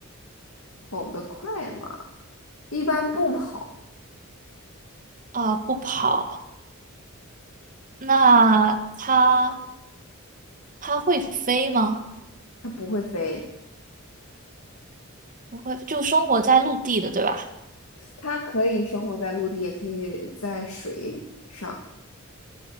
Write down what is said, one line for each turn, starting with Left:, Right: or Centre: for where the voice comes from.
Left: 跑得快嘛。一般不跑，
Right: 啊，不跑。那它它会飞吗？
Left: 它不会飞，
Right: 不会，就生活在陆地的，对吧？
Left: 它可以生活在陆地，也可以在水上，